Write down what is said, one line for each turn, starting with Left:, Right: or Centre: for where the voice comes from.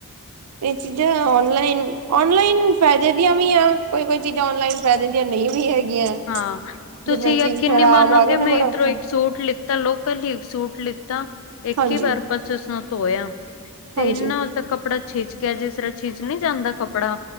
Right: ਇਹ ਚੀਜ਼ਾਂ ਔਨਲਾਈਨ ਔਨਲਾਈਨ ਫਾਇਦੇ ਦੀਆਂ ਵੀ ਆ ਕੋਈ-ਕੋਈ ਚੀਜ਼ਾਂ ਔਨਲਾਈਨ ਫੈਦੇਦੀਆਂ ਨਹੀਂ ਵੀ ਹੈਗੀਆਂ
Left: ਹਾਂ ਤੁਸੀਂ
Right: ਜਿੱਦਾਂ
Left: ਯਕੀਨ
Right: ਚੀਜ਼ ਖਰਾਬ
Left: ਮੰਨੋਗੇ
Right: ਆ ਗਈ ਨਾ
Left: ਮੈਂ
Right: ਬੜਾ
Left: ਇੱਧਰੋਂ
Right: ਔਖਾ
Left: ਇੱਕ ਸੂਟ ਲਿੱਤਾ ਲੋਕਲ ਹੀ ਇੱਕ ਸੂਟ ਲਿੱਤਾ ਇੱਕ
Right: ਹਾਂਜੀ
Left: ਹੀ ਵਾਰ ਬ ਸ ਉਸਨੂੰ ਧੋਇਆ ਤੇ
Right: ਹਾਂਜੀ
Left: ਇੰਨਾ ਉਸਦਾ ਕੱਪੜਾ ਛਿੱਚ ਗਿਆ ਜਿਸ ਤਰ੍ਹਾਂ ਛੀਜ ਨਹੀਂ ਜਾਂਦਾ ਕਪੜਾ